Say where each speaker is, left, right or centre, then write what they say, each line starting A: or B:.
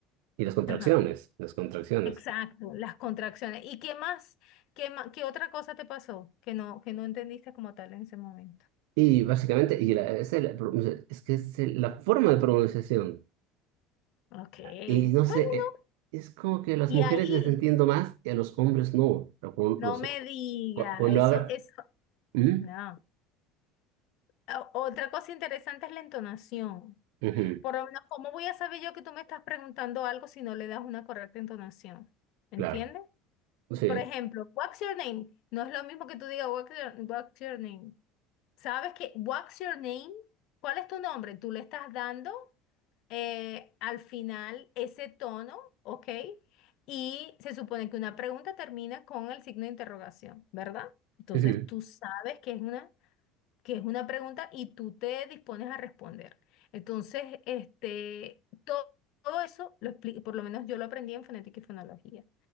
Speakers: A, on the right; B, on the left.
A: y las contracciones,
B: Ajá.
A: las contracciones.
B: Exacto, las contracciones. ¿Y qué más? ¿Qué ma- qué otra cosa te pasó que no, que no entendiste como tal en ese momento?
A: Y básicamente, y la- es, el- es que es el- la forma de pronunciación.
B: Ok.
A: Y no
B: Bueno,
A: sé, eh, es como que a las
B: y
A: mujeres
B: ahí,
A: les entiendo más y a los hombres no. Pero con
B: no
A: Los,
B: me digas,
A: cu- Cuando
B: eso,
A: haga...
B: eso,
A: ¿Mm?
B: no. O- Otra cosa interesante es la entonación.
A: Ujú,
B: Por lo menos, ¿cómo voy a saber yo que tú me estás preguntando algo si no le das una correcta entonación? ¿Entiendes?
A: claro, sí.
B: Por ejemplo, what's your name? No es lo mismo que tú digas what's your, what's your name. ¿Sabes que what's your name? ¿Cuál es tu nombre? Tú le estás dando. eh, al final ese tono, ¿ok? Y se supone que una pregunta termina con el signo de interrogación, ¿verdad? Entonces
A: ujú.
B: tú sabes que es una, que es una pregunta y tú te dispones a responder. Entonces, este, to- todo, eso, lo expli- por lo menos yo lo aprendí en fonética y fonología.